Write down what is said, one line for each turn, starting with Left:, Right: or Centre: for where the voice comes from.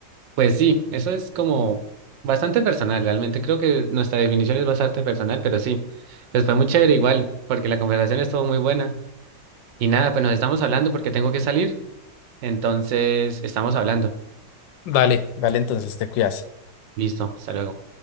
Right: Pues sí, eso es como bastante personal, realmente. Creo que nuestra definición es bastante personal, pero sí, pues fue muy chévere igual, porque la conversación estuvo muy buena. Y nada, pues nos estamos hablando porque tengo que salir, entonces estamos hablando.
Left: Dale, dale, entonces te cuidas.
Right: Listo, hasta luego.